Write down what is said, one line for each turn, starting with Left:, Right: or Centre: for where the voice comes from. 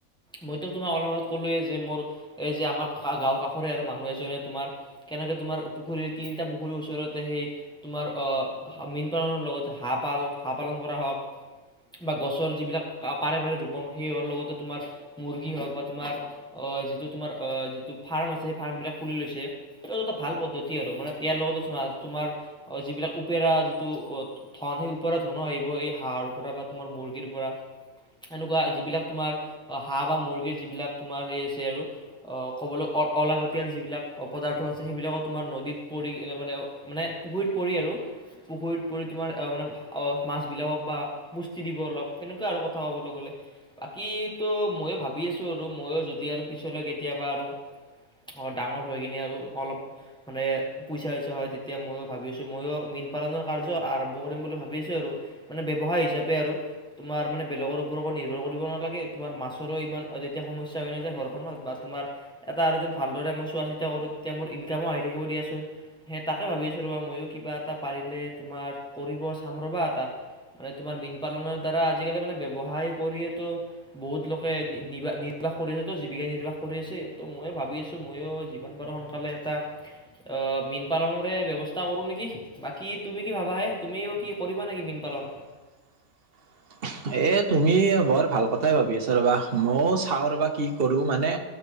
Centre: মইতো তোমাক অলপ ক'লোয়ে যে মোৰ এই যে আমাৰ গাঁৱৰ কাষৰে আৰু মানুহ এজনে তোমাৰ কেনেকৈ তোমাৰ পুখুৰীত। তিনিটা পুখুৰীৰ ওচৰতে সেই তোমাৰ মীন পালনৰ লগতে হাঁহ পাল হাঁহ পালন কৰা হওক বা গছৰ যিবিলাক পাৰে-পাৰে ৰৰুবন সেই হোৱাৰ লগতে তোমাৰ মুৰ্গী হওঁক বা তোমাৰ অ, যিটো তোমাৰ অ, যিটো ফাৰ্ম আছে সেই ফাৰ্ম বিলাক খুলি লৈছে, ত, এটা ভাল পদ্ধতি আৰু মানে ইয়াৰ লগতে চোৱা তোমাৰ অ, যিবিলাক উপেৰা যিটো অ, ধন সেই ওপৰা ধনো আহিব এই হাঁহ ত পৰা বা তোমাৰ মুৰ্গীৰ পৰা। এনেকুৱা যিবিলাক তোমাৰ হাঁহ বা মুৰ্গীৰ যিবিলাক তোমাৰ সেই আছে আৰু অ, ক'বলৈ অ-অলাগতীয়াল যিবিলাক অপদাৰ্থ আছে সেইবিলাকক তোমাৰ নদীত পৰি মানে-মানে পুখুৰীত পৰি আৰু পুখুৰীত পৰিু তোমাৰ মানে মাছ বিলাকক বা পুষ্টি দিব অলপ সেনেকুৱা আৰু কথা ক'বলৈ গ'লে। বাকী তো ময়ো ভাবি আছো আৰু মইও যদি আৰু পিছলৈ কেতিয়াবা আৰু। অ', ডাঙৰ হৈ কিনে আৰু অলপ মানে পইচাইচা হয়, তেতিয়া ময়ো ভি আছো ময়ো মীন পালনৰ কাৰ্য আৰম্ভ কৰিম বুলি ভাবি আছো আৰু। মানে বে ব্যৱসায় হিচাপে আৰু তোমাৰ মানে বেলেগৰ ওপৰতো নিৰ্ভৰ কৰিব নালাগে, তোমাৰ মাছৰো ইমান যেতিয়া সমস্ ইচা নাযায় ঘৰখনত বা তোমাৰ এটা আৰু যেন ভালদৰে মই চোৱা চিতা কৰো তেতিয়া মোৰ ইনকামো আহি থাকিব দিয়াচোন। সেই তাকে ভাবিছোঁ ৰ'বা ময়ো কিবা এটা পাৰিলে তোমাৰ কৰিব চাম ৰবা এটা। মানে তোমাৰ মীন পালনৰ দ্বাৰা আজিকালি মানে ব্যৱসায় কৰিয়ো বহুত লোকে নিবা-নি কৰি আছে তো জীৱিকা নিৰ্বাহ কৰি আছে। ত' ময়ো ভাবি আছো ময়ো যিমান পাৰোঁ সোনকালে এটা আ, মীন পালনেৰে ব্যৱস্থা কৰোঁ নেকি, বাকী তুমি কি ভাবাহে তুমিও কি কৰিবা নেকি মীন পালন?
Right: <inaudible> এ তুমি বৰ ভাল কথাই ভাবি আছা ৰবা ময় চাও ৰবা কি কৰো মানে